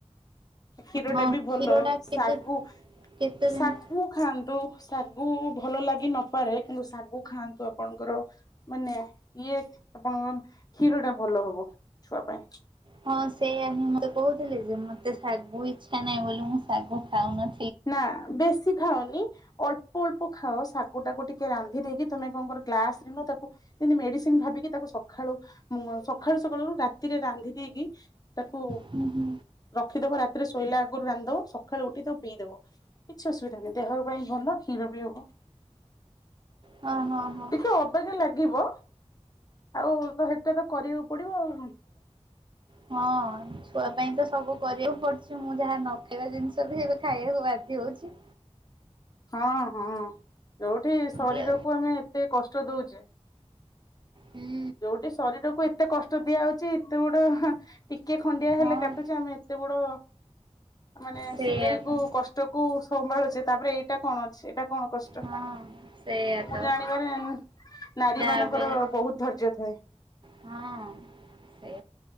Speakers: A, on the left; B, on the right.
A: କ୍ଷୀର
B: ହଁ
A: ଟା ବି
B: କ୍ଷୀରଟା
A: ଭଲ ଶାଗୁ
B: କେତେ କେତେ ଦିନ
A: ଶାଗୁ ଖାଆନ୍ତୁ, ଶାଗ ସଗୁ ଭଲ ଲାଗି ନପାରେ କିନ୍ତୁ ଶାଗୁ ଖାଆନ୍ତୁ ଆପଣଙ୍କର ମାନେ ଇଏ ଆପଣଙ୍କ କ୍ଷୀର ଟା ଭଲ ହବ। ଛୁଆ ପାଇଁ
B: ହଁ ସେଇୟଆ ହିଁ ମତେ କହୁଥିଲେି ଯେ ମତେ ଶାଗୁ ଇଛା ଇଚ୍ଛା ନାଇଁ ବୋଲି ମୁଁ ସାଗୁ ଖାଉନି।
A: ନା ବେଶୀ ଖାାଉନି ଅଳ୍ପ ଅଳ୍ପ ଖାଅ ଶାଗୁ ଟାକୁ ଟିକେ ରା ରାନ୍ଧି ଦେଇକି ତମେ କଣଙ୍କର ଗାସ ନ ତାକୁ ଯେମିତି ମେଡିସିନ ଭାବିକି ତାକୁ ସକାଳୁ ସକାଳୁ ସକାଳୁ ରାତିରେ ରାନ୍ଧି ଦେଇକି ତାକୁ
B: ହୁଁ ହୁଁ
A: ରଖିଦବ ରାତିରେ ଶୋଇଲା ଆଗରୁ ରାନ୍ଧ ସକାଳୁ ଉଠି ତାକୁ ପିଇଦବ କିଛି ଅସୁବିଧା ନାହିଁ ଦେହ ପାଇଁ ଭଲ କ୍ଷୀର ବି ହବ
B: ହଁ ହଁ ହଁ।
A: ଟିକେ ଅବାଗିଆ ଲାଗିବ। ଆଉ ତ ସେଟା ତ କରିବାକୁ ପଡିବ ଆଉ। <unintelligible>
B: ହଁ। ଚୁଆ ପାଇଁ ତ ସବୁ କରିବାକୁ ପଡୁ ମୁଁ ଯାହା ନ ଖାଇବା ଜିନିଷ ବି ଏବେ ଖାଇବାକୁ ବାଧ୍ୟ ହଉଚି।
A: ହଁ ହଁ। ଯୋଉଠି
B: ଏମିତି
A: ଶରୀରକୁ
B: ଆଉ।
A: ଆମେ ଏତେ କଷ୍ଟ ଦଉଛି।
B: ହୁଁ।
A: ଯୋଉଠି ଶରୀରକୁ ଏତେ କଷ୍ଟ ଦିଆ ହଉଛି ଏତେ ଗୋଟେ ଟିକେ ଖଣ୍ଡିଆ
B: ହଁ
A: ହେଲେ କାଟୁଛେ ଆମେ ଏତେ ବଡ ମାନେ
B: ସେଇଆ
A: ସିଲେଇ
B: ବା
A: କୁ କଷ୍ଟକୁ ସମ୍ଭାଳୁଛେ। ତାପରେ ଏଇଟା କଣ ଅଛି ଏଇଟା କଣ? କଷ୍ଟ
B: ହଁ ସେଇଆ
A: ମୁଁ
B: ତ
A: ଜାଣିବାରେ ନାରୀ
B: ଯାହା
A: ମାନଙ୍କର
B: ବି ହେଲେ
A: ବହୁତ ଧୈର୍ଯ୍ୟ ଥାଏ
B: ହଁ ସେ